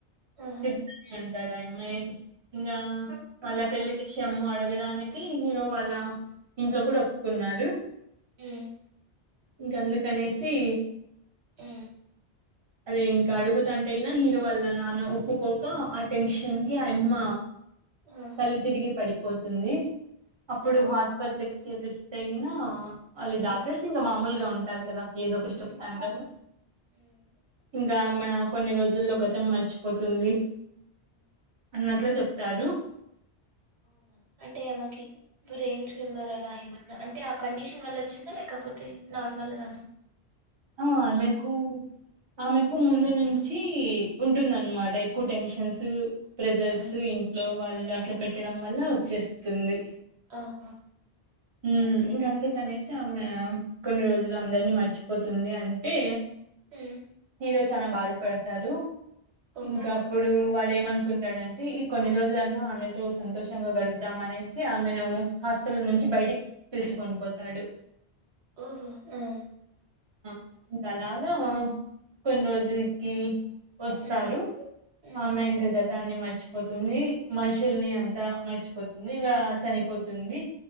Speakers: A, on the right; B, on the right.
A: ఆహా
B: ఇ ఆ అమ్మాయిని ఇకా అల పెళ్లి విషయము అడగడానికి హీరో వాళ ఇంట్లో కూడా ఒప్పుకున్నారు
A: ఆ
B: ఇంక అందుకనిసి
A: ఆ
B: అదే ఇంకా అడుగుతండ అయినా హీరో వాల్ల నాన్న ఒప్పుకోక ఆ టెన్షన్ కి అ అమ్మ
A: హా
B: కళ్లు తిరిగి పడి పోతుంది అప్పుడు
A: ఓహో!
B: హాస్పిటల్ చేపిస్తగిన అది డాక్టర్
A: ఆ!
B: సింగ్ మామూలు గా ఉంటారు కదా ఏదో ఒకటి చెప్తాను
A: హ్మ్.
B: కదా
A: హ్మ్.
B: ఇంకా ఆమె కొన్ని రోజుల్లో గతం మర్చిపోతుంది
A: హ్మ్.
B: అన్నట్ల చెప్ప తారు.
A: అవునా అంటే ఆమెకి బ్రెయిన్ ట్యూమర్ అలా ఏమన్ న్న అంటే ఆ కండిషన్ వల్ల వచ్చిందా? లేకపోతే నార్మల్ గనా
B: ఆ ఆమెకు ఆమెకు ముందు నుం చి ఉంటుందన్మాట ఎక్కువ టెన్షన్స్ ప్రెజర్స్
A: ఆహా!
B: ఇంట్లో వాళ్ళు అట్ల పెట్టడం వల్ల వచ్చేస్తుంది.
A: ఆహా!
B: హ్మ్ ఇంకా అందుకనేసి ఆమె కొన్ని రోజులు అందర్నీ మర్చిపోతుంది అంటే
A: మ్
B: హీరో చాలా బాధపడతారు.
A: ఓహో!
B: ఇంకా అప్పుడూ వాడేమనుకుంటాడంటే ఈ కొన్ని రోజులన్నా ఆమెతో సంతోషంగా గడుపుదాం అనేసి ఆమెను హస్ లోపల్ నుంచి
A: హ్మ్.
B: బయటిక్ పిలుచుకొని పోతాడు.
A: ఓహో! ఆ
B: ఆ ఇంకా అలాగా కొన్ని రోజుల్కి వస్తారు.
A: హ్మ్. హ్మ్.
B: ఆ అమ్మాయి ఇంకా గతాన్ని మర్ ర్చిపోతుంది. మనుషుల్ని అంతా మర్చిపోతుంది ఇంకా చనిపోతుంది.